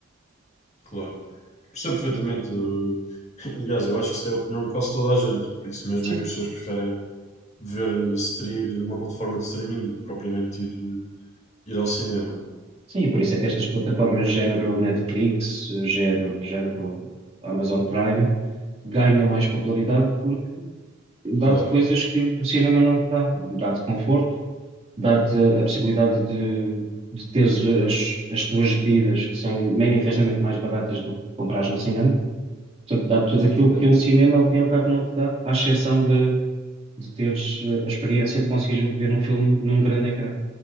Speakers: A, on the left (about 30°); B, on the right (about 30°).
A: claro. Percebo perfeitamente. Eu- <laughs> Aliás, eu acho que isso é a opinião de quase toda a gente. Por isso mesmo
B: Sim,
A: é que as pessoas preferem ver eh, stream- uma plataforma de streaming do que propriamente ir, eh, ir ao cinema.
B: sim, e por isso é que estas plataformas género Netflix, género, género Amazon Prime ganham mais popularidade porque dá-te
A: Claro,
B: coisas que, que o cinema não te dá. Dá-te conforto, dá-te a possibilidade de, de teres as, as tuas bebidas que são manifestamente mais baratas do que comprares no cinema. Portanto, dá-te tudo
A: exatamente.
B: aquilo que um cinema, ao fim e ao cabo, não te dá, à exceção de, de teres eh, a experiência de conseguires ver um filme num grande ecrã.